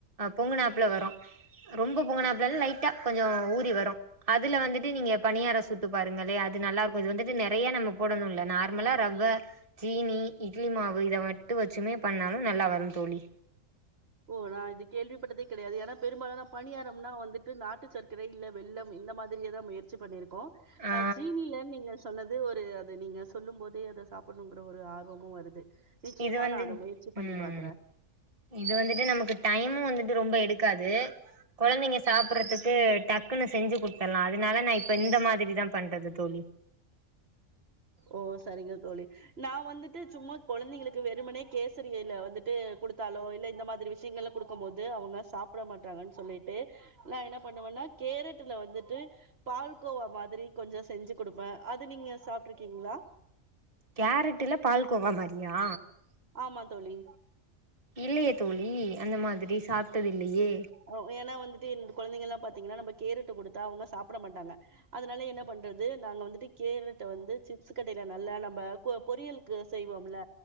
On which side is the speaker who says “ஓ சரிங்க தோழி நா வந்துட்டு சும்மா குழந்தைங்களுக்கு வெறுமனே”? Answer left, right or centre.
Right